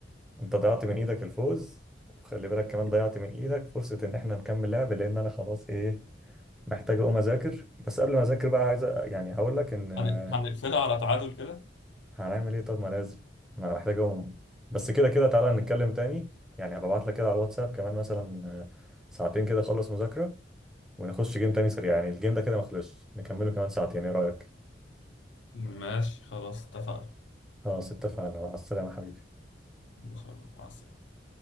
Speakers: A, in the centre; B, on the left.
A: انت ضيعت من ايدك الفوز وخلي بالك كمان ضيعت من ايدك فرصة ان احنا نكمل لعب لان انا خلاص ايه محتاج اقوم اذاكر بس قبل ما اذاكر بقى عايز أ- يعني هقول لك ان آه،
B: هن- هنقفلها على تعادل كده
A: هنعمل ايه طب ما لازم ما انا محتاج اقوم بس كده كده تعالى نتكلم تاني يعني هبعت لك كده على الواتساب كمان مثلا آه، ساعتين كده اخلص مذاكرة ونخش جيم تاني سريع يعني الجيم ده كده ما خلصش نكمله كمان ساعتين ايه رأيك
B: ماشي خلاص اتفقنا
A: خلاص اتفقنا مع السلامة حبيبي
B: ان شاء الله مع السلامة